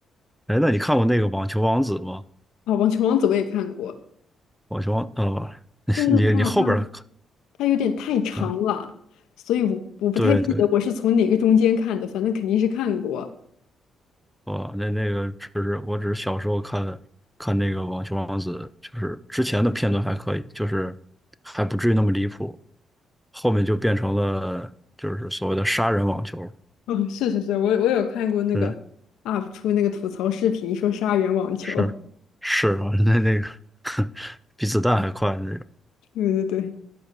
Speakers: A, in the centre; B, on the left (about 85°).
A: 哎，那你看过那个《网球王子》吗？
B: 啊！《网球王子》我也看过，
A: 《网球王》哦，<laughs>
B: 但是它好像
A: 你你后边儿看，
B: 它有点太长了，
A: 啊，
B: 所以我我不太记得我是从哪个中间看的，
A: 对对，
B: 反正肯定是看过。
A: 哦，那那个只是我只是小时候看看那个《网球王子》，就是之前的片段还可以，就是还不至于那么离谱，后面就变成了就是所谓的杀人网球。
B: 嗯，是是是，我我有看过那个
A: 嗯。
B: UP 出那个吐槽视频，说杀人网球，
A: 是是啊，
B: <laughs>
A: 那那个 <laughs> 比子弹还快的那种，
B: 对对对，